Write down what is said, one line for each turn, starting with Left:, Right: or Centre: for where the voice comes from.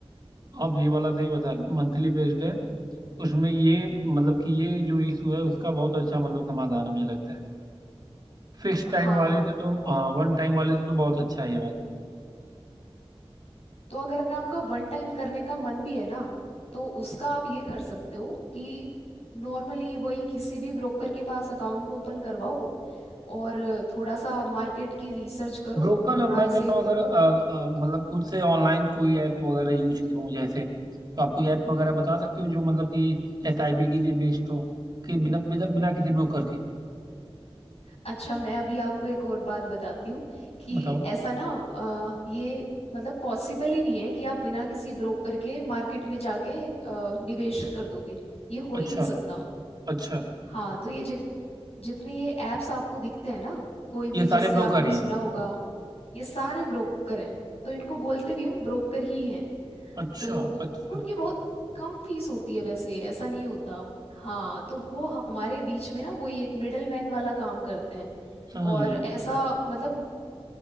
Right: आप ये वाला सही बता रहे हो मंथली बेस्ड है उसमें ये मतलब कि ये जो इशू है उसका बहुत अच्छा मतलब समाधान है मुझे लगता है फिक्स टाइम
Left: हाँ
Right: वाले से तो
Left: और
Right: हाँ वन टाइम वाले से तो बहुत अच्छा है ये वाला
Left: तो अगर आपका वन टाइम करने का मन भी है ना तो उसका आप ये कर सकते हो कि नॉर्मली वही किसी भी ब्रोकर के पास अकाउंट ओपन करवाओ और थोड़ा सा मार्केट की रिसर्च करो
Right: ब्रोकर
Left: थोड़ा
Right: मैं
Left: ऐसे
Right: कह रहा हूँ
Left: पढ़ो
Right: अगर अ, अ, मतलब खुद से ऑनलाइन कोई ऐप वगैरह यूज करूँ जैसे तो आप कोई ऐप वगैरह बता सकते हो जो मतलब कि एसआईपी के लिए बेस्ड हो कि बिना बिना बिना किसी ब्रोकर के
Left: अच्छा मैं अभी आपको एक और बात बताती हूँ कि
Right: बताओ
Left: ऐसा ना अ, ये मतलब पॉसिबल ही नहीं है कि आप बिना किसी ब्रोकर के मार्केट में जाके अ, निवेश कर दोगे ये हो ही
Right: अच्छा
Left: नहीं सकता
Right: अच्छा
Left: हाँ तो ये जित जितने ये एप्स आपको दिखते हैं ना कोई भी
Right: ये सारे
Left: जैसे
Right: ब्रोकर
Left: आपने
Right: ही
Left: सुना
Right: हैं
Left: होगा ये सारे ब्रोकर हैं तो इनको बोलते भी हम ब्रोकर ही हैं
Right: अच्छा
Left: तो
Right: अच्छा
Left: उनकी बहुत कम फीस होती है वैसे ऐसा नहीं होता हाँ तो वो हमारे बीच में ना वही एक मिडल मैन वाला काम करते हैं
Right: समझ
Left: और
Right: गया
Left: ऐसा मतलब